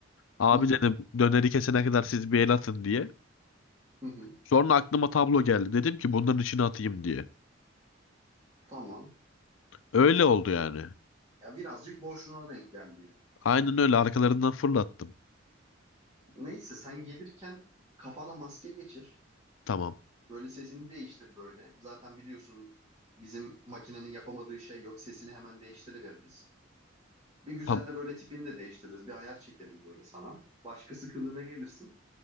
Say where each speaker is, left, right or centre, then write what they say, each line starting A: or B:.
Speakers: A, on the left; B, on the right.
A: Abi
B: Hı hı,
A: dedim döneri kesene kadar siz bir el atın diye.
B: hı hı.
A: Sonra aklıma tablo geldi. Dedim ki bunların içine atayım diye.
B: Tamam.
A: Öyle oldu yani.
B: Ya birazcık boşluğuna denk geldi yani.
A: Aynen öyle arkalarından fırlattım.
B: Neyse sen gelirken kafana maske geçir.
A: Tamam.
B: Böyle sesini değiştir böyle. Zaten biliyorsun bizim makinenin yapamadığı şey yok. Sesini hemen değiştiriveririz. Bir güzel
A: Tam,
B: de böyle tipini de değiştiririz. Bir ayar çekeriz böyle sana. Başkası kılığına gelirsin.